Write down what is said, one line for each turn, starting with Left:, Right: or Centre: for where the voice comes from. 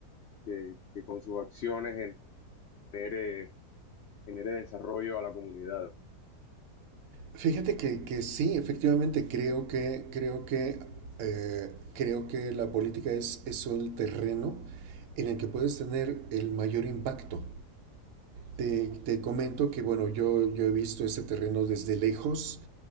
Left: que, que con sus acciones genere, genere desarrollo a la comunidad.
Right: Fíjate que, que sí, efectivamente, creo que, creo que, eh, creo que la política es, es el terreno en el que puedes tener el mayor impacto. Te, te comento que, bueno, yo, yo he visto ese terreno desde lejos,